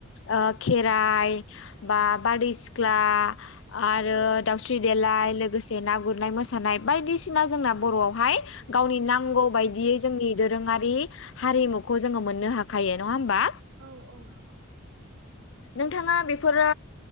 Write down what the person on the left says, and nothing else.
ओ खेराइ बा बारदै सिख्ला आरो
दाउस्रि
देलाय लोगोसे ना गुरनाय मोसानाय बायदिसिना जोंना बर'आवहाय गावनि नांगौ
बायदियै जोंनि दोरोङारि हारिमुखौ जोङो मोननो हाखायो नङा होमबा
नोंथाङा बेफोरो